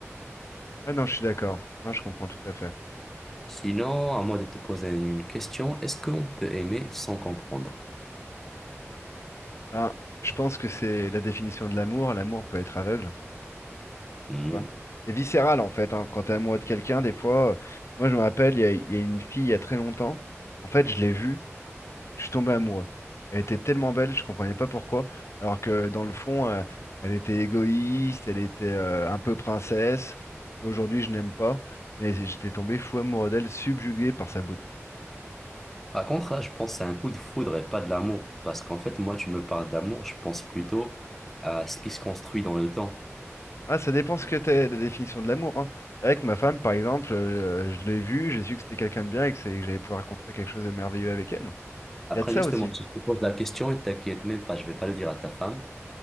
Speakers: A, on the left; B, in the centre.
A: Ouais, non, je suis d'accord. Non, je comprends tout à fait.
B: Sinon, à moi de te poser une question. Est-ce qu'on peut aimer sans comprendre?
A: Ben, je pense que c'est la définition de l'amour. L'amour peut être aveugle,
B: Hmm.
A: tu vois. C'est viscéral en fait. hein. Quand t'es amoureux de quelqu'un, des fois, euh, moi je me rappelle, il y a, il y a une fille il y a très longtemps. En fait, je l'ai vue, je suis tombé amoureux. Elle était tellement belle, je comprenais pas pourquoi. Alors que dans le fond, euh, elle était égoïste, elle était euh, un peu princesse. Aujourd'hui, je n'aime pas, mais j'étais tombé fou amoureux d'elle, subjugué par sa beauté.
B: Par contre, là, je pense que c'est un coup de foudre et pas de l'amour. Parce qu'en fait, moi, tu me parles d'amour, je pense plutôt à ce qui se construit dans le temps.
A: Ah, ça dépend ce que t'es, la définition de l'amour, hein. Avec ma femme, par exemple, euh, je l'ai vue, j'ai su que c'était quelqu'un de bien et que, c'est- que j'allais pouvoir construire quelque chose de merveilleux avec elle.
B: Après,
A: Il y a de ça
B: justement,
A: aussi.
B: si je te pose la question et t'inquiète même pas, je vais pas le dire à ta femme.